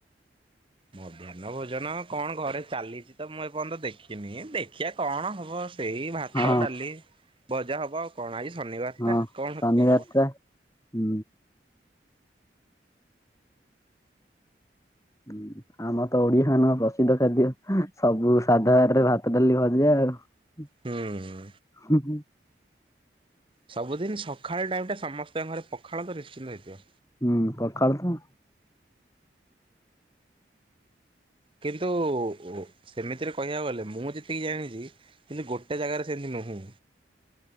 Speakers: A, on the right; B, on the left.
A: ମଧ୍ୟାହ୍ନ ଭୋଜନ କଣ ଘରେ ଚାଲିଚି ତ ମୁଁ ଏପର୍ଯ୍ୟନ୍ତ ଦେଖିନି ଦେଖିଆ କଣ ହବ ସେଇ ଭାତ
B: ହଁ
A: ଡାଲି ଭଜା ହବ ଆଉ କଣ ଆଜି ଶନିବାର
B: ହଁ
A: ଟା କଣ
B: ଶନିବାର
A: ଏଇଆ ହୋ
B: ଟା ହୁଁ <unintelligible> ଆମର ତ ଓଡିଆ ଆମର ପ୍ରସିଦ୍ଧ ଖାଦ୍ୟ ସବୁ ସାଧା ବାରିରେ ଭାତ ଡାଲି ଭଜା ଆଉ।
A: ହୁଁ
B: ହୁଁ ହୁଁ
A: ସବୁଦିନ ସକାଳ ଟାଇମ୍ ଟା ସମସ୍ତଙ୍କ ଘରେ ପଖାଳ ତ ନିଶ୍ଚିନ୍ତ ହେଇଥିବ।
B: ହୁଁ ପଖାଳ ତ
A: କିନ୍ତୁ ସେମିତିରେ କହିବାକୁ ଗଲେ ମୁଁ ଯେତିକି ଜାଣିଚି କିନ୍ତୁ ଗୋଟେ ଜାଗାରେ ସେମିତି ନୁହୁଁ।